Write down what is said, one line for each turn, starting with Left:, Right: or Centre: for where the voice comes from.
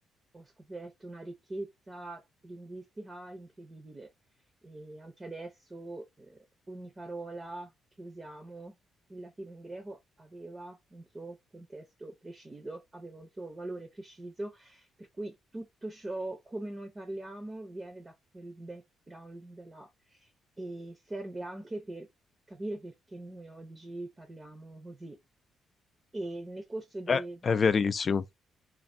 Right: ho scoperto una ricchezza linguistica incredibile. E anche adesso, eh, ogni parola che usiamo in latino e in greco aveva un suo contesto preciso, aveva un suo valore preciso per cui tutto ciò, come noi parliamo, viene da quel background là e serve anche per capire perché noi oggi parliamo così. E nel corso, de-
Left: Eh, è verissimo.